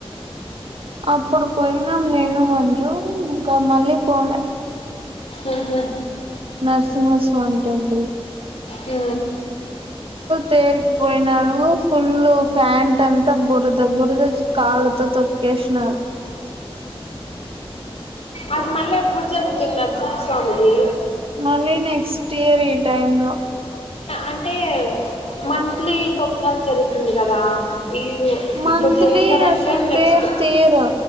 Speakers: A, on the right (about 60°); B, on the left (about 85°).
A: అప్పుడు పోయినాం నేను మంజు ఇంకా మళ్ళీ పోలే
B: ఆహా
A: నరసింహస్వామి టెంపుల్
B: ఊ
A: తేరుకిపోయినాడు ఫుల్ ఫ్యాంట్ అంతా బురద బురద కాళ్ళతో తొకి చేచిన్నారు
B: అది మళ్ళీ ఎప్పుడు జరుగుతున్నారు సింప్ సాంగ్దిి
A: మళ్ళీ నెక్స్ట్ ఇయర్ ఈ టైమ్ లో
B: అంటే మంత్లీకి ఒకసారి జరుగుతుంది. కదా ఇ
A: మంత్లీ
B: ఇప్పుడు చేసినారంటే
A: అసలు
B: నెక్స్ట్
A: తేరు తీయరు